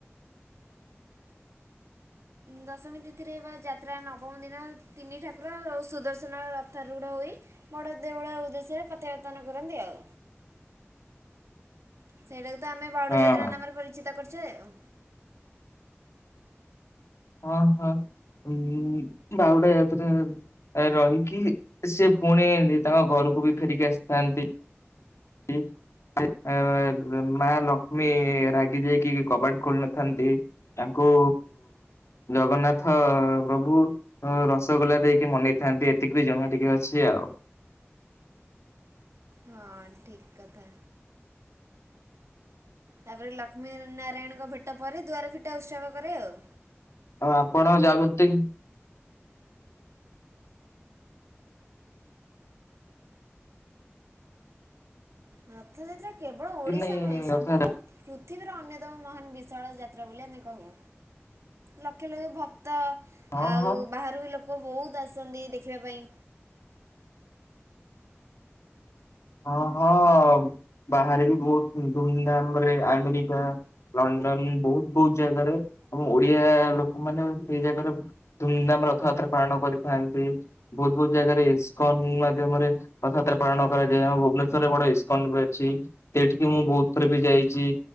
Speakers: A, on the right (about 80°); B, on the left (about 80°).
A: ଦଶମୀ ତିଥିରେ ବା ଯାତ୍ରା ନବମ ଦିନ ତିନି ଠାକୁର ଓ ସୁଦର୍ଶନ ରଥାରୂ଼ଢ ହୋଇ ବଡ଼ ଦେଉଳ ଉଦ୍ଦେଶ୍ୟରେ ପତ୍ୟାବର୍ତ୍ତନ କରନ୍ତି ଆଉ। ସେଇଟାକୁ ତ ଆମେ ବହୁଡା
B: ହଁ
A: ଯାତ୍ରା
B: ହଁ
A: ନାମରେ ପରିଚିତ କରିଛେ ଆଉ।
B: ହଁ, ହଁ ଉଁ ବାହୁଡା଼ ଯାତ୍ରା ରହିକି ସିଏ ପୁଣି ତାଙ୍କ ଘରକୁ ବି ଫେରିକି ଆସିଥାନ୍ତି। ଇ ଏଁ ମା ଲକ୍ଷ୍ମୀ ରାଗି ଯାଇକି କବାଟ ଖୋଲି ନଥାନ୍ତି। ତାଙ୍କୁ ଜଗନ୍ନାଥ ପ୍ରଭୁ ହଁ ରସଗୋଲା ଦେଇକି ମନେଇଥାନ୍ତି ଏତିକି ବି ଜଣା ଟିକେ ଅଛି ଆଉ।
A: ହଁ ଠିକ୍ କଥା। ତାପରେ ଲକ୍ଷ୍ମୀ ନାରାୟଣଙ୍କ ଭେଟ ପରେ ଦୁଆର ଫିଟା ଉତ୍ସବ କରେ ଆଉ।
B: ଆଉ ଆପଣ ଯାଗୃତିଂ
A: ରଥଯାତ୍ରା କେବଳ ଓଡ଼ିଶା
B: କି ନାଇଁ
A: ନୁହେଁ ସମର୍ଗ
B: ରଥଯାତ୍ରା?
A: ପୃଥିବୀର ଅନ୍ୟତମ ମହାନ୍ ବିଶାଳ ଯାତ୍ରା ବୋଲି ଆମେ କହୁ। ଲକ୍ଷ ଲକ୍ଷ ଭକ୍ତ
B: ହଁ
A: ଆଉ
B: ହଁ
A: ବାହାରୁ ବି ଲୋକ ବହୁତ ଆସନ୍ତି ଦେଖିବା ପାଇଁ।
B: ହଁ ହଁ ବାହାରେ ବି ବହୁତ ଧୁମଧାମ ରେ ଆମେରିକା ଲଣ୍ଡନ୍ ବହୁତ ବହୁତ ଜାଗାରେ ଆମ ଓଡିଆ ଲୋକମାନେ ସେଇ ଜାଗାରେ ଧୁମଧାମ୍ ରଥଯାତ୍ରା ପାଳନ କରିଥାନ୍ତି। ବହୁତ୍ ବହୁତ୍ ଜାଗାରେ ଇସ୍କନ ମାଧ୍ୟମରେ ରଥଯାତ୍ରା ପାଳନ କରାଯା ଏ ଆମ ଭୁବନେଶ୍ଵରରେ ବଡ ଇସ୍କନ୍ ବି ଅଛି। ସେଇଠିକି ମୁଁ ବହୁତ ଥର ବି ଯାଇଚି।